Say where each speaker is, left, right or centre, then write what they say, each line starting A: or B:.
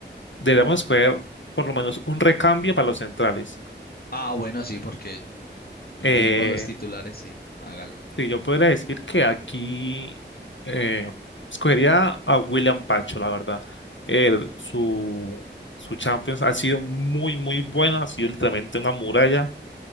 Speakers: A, on the left; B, on the left.
A: deberíamos escoger por lo menos un recambio para los centrales.
B: Ah, bueno, sí, porque eh,
A: Eh,
B: dijimos los titulares, sí, hágale.
A: Sí, yo podría decir que aquí eh, escogería a William Pacho, la verdad. Él, su, su Champions ha sido muy, muy buena, ha sido literalmente una muralla.